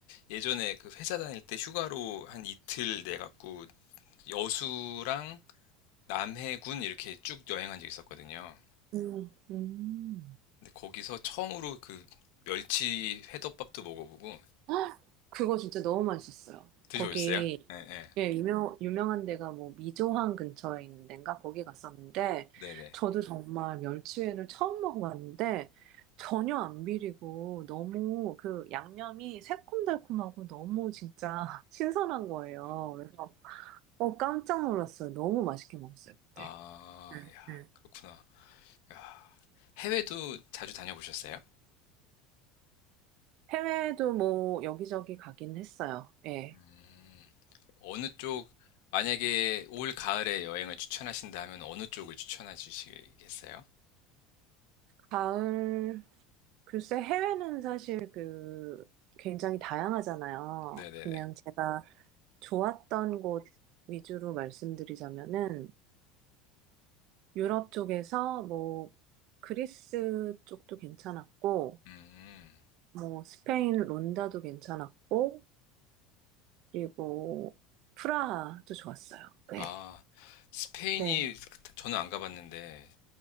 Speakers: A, on the left (about 70°); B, on the right (about 50°).
A: 예전에 그 회사 다닐 때 휴가로 한 이틀 내갖고 여수랑 남해군 이렇게 쭉 여행한 적 있었거든요.
B: 음, 음.
A: 근데 거기서 처음으로 그 멸치 회덮밥도 먹어보고
B: <gasps> 헉! 그거 진짜 너무 맛있었어요.
A: 드셔보셨어요?
B: 거기
A: 예, 예.
B: 예, 유명, 유명한 데가 뭐 미조항 근처에 있는 데인가 거기 갔었는데
A: 네네.
B: 저도 정말 멸치회를 처음 먹어봤는데 전혀 안 비리고 너무 그 양념이 새콤달콤하고 너무 진짜 <laughs> 신선한 거예요. 그래서 어, 깜짝 놀랐어요. 너무 맛있게 먹었어요, 그때.
A: 아,
B: 음,
A: 야,
B: 음.
A: 그렇구나. 야, 해외도 자주 다녀보셨어요?
B: 해외도 뭐 여기저기 가긴 했어요. 예.
A: 음, 어느 쪽, 만약에 올 가을에 여행을 추천하신다면 어느 쪽을 추천해 주시겠어요?
B: 가을, 글쎄 해외는 사실 그 굉장히 다양하잖아요.
A: 네네네.
B: 그냥 제가 좋았던 곳 위주로 말씀드리자면은 유럽 쪽에서 뭐 그리스 쪽도 괜찮았고
A: 음,
B: 뭐 스페인 론다도 괜찮았고 그리고 프라하도 좋았어요. 네.
A: 아, 스페인이
B: 네.
A: 그- 저는 안 가봤는데